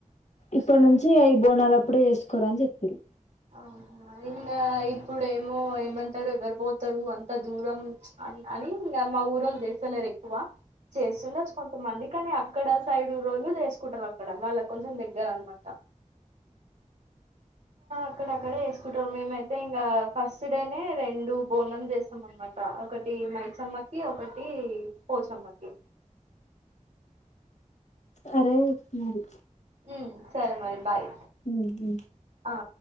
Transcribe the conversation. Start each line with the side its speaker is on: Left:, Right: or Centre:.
Left: ఇప్పటి నుంచి అవి బోనాాల అప్పుడే వేసుకోరా అని చెప్పారు
Right: ఆ ఐన ఇప్పుడు ఏమో ఏమంటారు ఎవరు పోతారు అంత దూరం అన్ అని ఇంగా మా ఊరోళ్ళు చేస్తలేరు ఎక్కువ చేస్తుండొచ్చు కొంతమంది కానీ అక్కడ సైడ్ ఊరోళ్లు చేసుకుంటారు అక్కడ వాళ్ళకు కొంచం దగ్గర అన్నమాట అక్కడ అక్కడే వేసుకుంటరు మేమైతే ఇంగా ఫస్ట్ డేనే రెండు బోనం చేస్తాం అన్నమాట ఒకటి ఒకటి మైసమ్మకి ఒకటి పోచమ్మకి
Left: సరే మరి
Right: ఉమ్, సరే మరి బాయ్
Left: హు హు
Right: ఆ